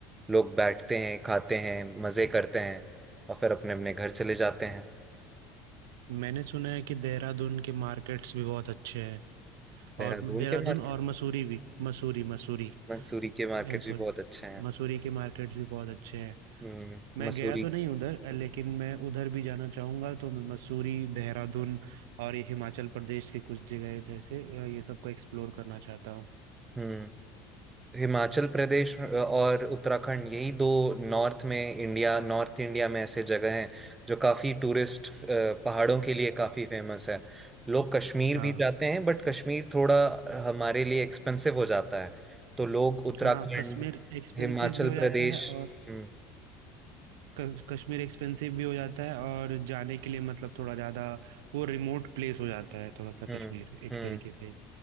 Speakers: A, on the right; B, on the right.
A: लोग बैठते हैं खाते हैं मजे करते हैं और फिर अपने अपने घर चले जाते हैं
B: मैंने सुना है कि देहरादून के मार्केट्स भी बहुत अच्छे हैं
A: देहरादून
B: और देहरादून
A: के मार्केट
B: और मसूरी भी Mussoorie Mussoorie
A: मंसूरी के मार्केट
B: I am
A: भी
B: sorry
A: बहुत अच्छे हैं
B: Mussoorie के मार्केट्स भी बहुत अच्छे हैं
A: हम्म
B: मैं
A: मसूरी
B: गया तो नहीं उधर अ, लेकिन मैं उधर भी जाना चाहूंगा तो मैं मसूरी देहरादून और ये हिमाचल प्रदेश के कुछ जगह जैसे अ, ये सबको एक्सप्लोर करना चाहता हूँ
A: हम्म हिमाचल प्रदेश और उत्तराखंड यही दो नॉर्थ में इंडिया नॉर्थ इंडिया में ऐसे जगह हैं जो काफी टूरिस्ट पहाड़ों के लिए काफी फेमस है लोग कश्मीर
B: हाँ
A: भी जाते हैं बट कश्मीर थोड़ा हमारे लिए एक्सपेंसिव हो जाता है तो लोग उत्तराखंड
B: हाँ कश्मीर एक्सपेंसिव
A: हिमाचल
B: भी हो
A: प्रदेश
B: जाता है और
A: हम्म
B: क- कश्मीर एक्सपेंसिव भी हो जाता है और जाने के लिए मतलब थोड़ा ज़्यादा वो रिमोट प्लेस हो जाता है थोड़ा सा
A: हम्म
B: कश्मीर एक
A: हम्म
B: तरीके से